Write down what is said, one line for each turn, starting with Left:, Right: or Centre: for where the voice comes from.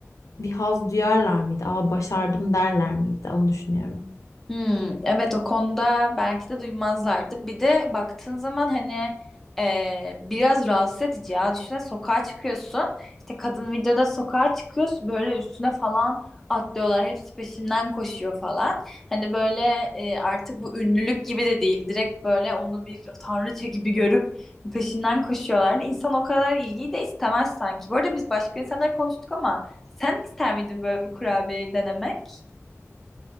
Left: bir haz duyarlar mıydı? Aa başardım derler miydi? Onu düşünüyorum.
Centre: Hmm, evet o konuda belki de duymazlardı. Bir de baktığın zaman hani e, biraz rahatsız edici ya. Düşünsene sokağa çıkıyorsun. İşte kadın videoda sokağa çıkıyorsun. Böyle üstüne falan atlıyorlar. Hepsi peşinden koşuyor falan. Hani böyle e, artık bu ünlülük gibi de değil. Direkt böyle onu bir tanrıça gibi görüp peşinden koşuyorlar. İnsan o kadar ilgiyi de istemez sanki. Bu arada biz başka insanlar konuştuk ama sen ister miydin böyle bir kurabiyeyi denemek?